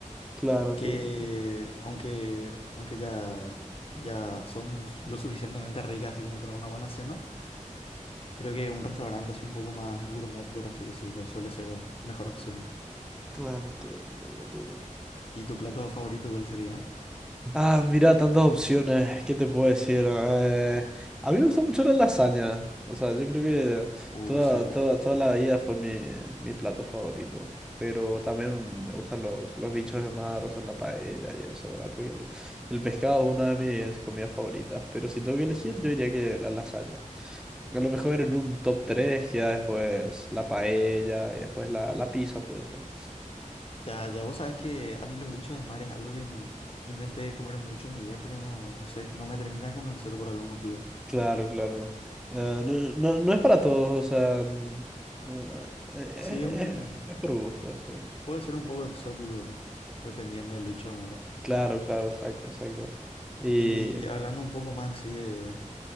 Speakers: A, in the centre; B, on the left.
A: Claro, entiendo,
B: que
A: entiendo.
B: aunque, aunque ya, ya son lo suficientemente ricas así como para una buena cena, creo que un restaurante así un poco más gourmet, por así decirlo, suele ser mejor opción.
A: Claro, entiendo, entiendo, entiendo.
B: ¿Y tu plato favorito cuál sería?
A: Ah, mira, tantas opciones. ¿Qué te puedo decir? Eh, a mí me gusta mucho la lasaña. O sea, yo creo que
B: Uh,
A: toda,
B: sí.
A: toda, toda la vida fue mi, mi plato favorito. Pero también me gustan los, los bichos de mar, o sea, la paella y eso, ¿verdad? Porque el, el pescado es una de mis comidas favoritas. Pero si tengo que elegir,
B: Mm,
A: yo diría que la lasaña. A lo mejor en un top 3 queda después la paella y después la, la pizza, puede ser.
B: Ya, ya vos sabes que a mí los bichos de mar es algo que m- intenté comer mucho en mi vida, pero no, no sé, no me termina de convencer por algún motivo.
A: Claro, claro. Eh, no, no, no es para todos, o sea, n- no, no, eh, eh,
B: Sí, es un,
A: eh, es por gusto, sí.
B: puede ser un poco exótico, dependiendo del bicho de mar.
A: Claro, claro, exacto, exacto. Y
B: Y hablando un poco más así de